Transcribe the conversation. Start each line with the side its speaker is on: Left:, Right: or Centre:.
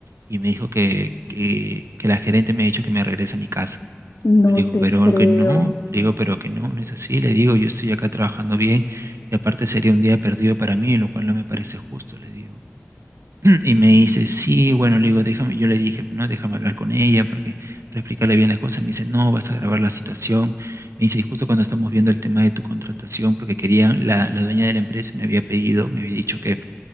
Right: y me dijo que, que, que la gerente me ha dicho que me regrese a mi casa.
Left: No
Right: Yo le digo,
Left: te
Right: pero
Left: creo.
Right: que no, le digo, pero que no, no es así, le digo, yo estoy acá trabajando bien y aparte sería un día perdido para mí, lo cual no me parece justo, le digo. <clears throat> Y me dice, sí, bueno, le digo, déjame, yo le dije, no, déjame hablar con ella porque, para explicarle bien las cosas, me dice, no, vas a agravar la situación. Me dice, y justo cuando estamos viendo el tema de tu contratación, porque quería, la, la dueña de la empresa me había pedido, me había dicho que,